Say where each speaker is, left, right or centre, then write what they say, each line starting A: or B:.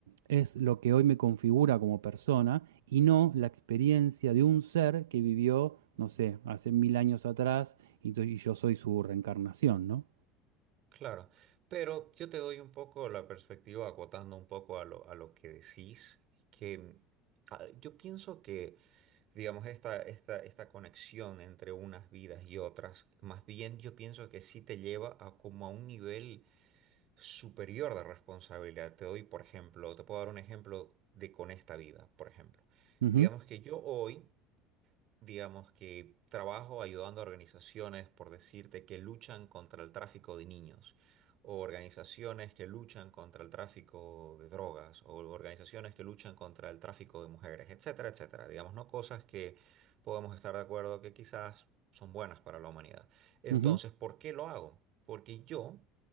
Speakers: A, on the right (about 85°); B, on the right (about 55°).
A: es lo que hoy me configura como persona y no la experiencia de un ser que vivió, no sé, hace mil años atrás y, to- y yo soy su reencarnación, ¿no?
B: Claro, pero yo te doy un poco la perspectiva, acotando un poco a lo, a lo que decís, que ah, yo pienso que, digamos, esta, esta, esta conexión entre unas vidas y otras, más bien yo pienso que sí te lleva a como a un nivel superior de responsabilidad. Te doy, por ejemplo, te puedo dar un ejemplo de con esta vida, por ejemplo.
A: Ujú,
B: Digamos que yo hoy digamos que trabajo ayudando a organizaciones, por decirte, que luchan contra el tráfico de niños, o organizaciones que luchan contra el tráfico de drogas, o organizaciones que luchan contra el tráfico de mujeres, etcétera, etcétera. Digamos, no cosas que podemos estar de acuerdo que quizás son buenas para la humanidad. Entonces,
A: ujú,
B: ¿por qué lo hago? Porque yo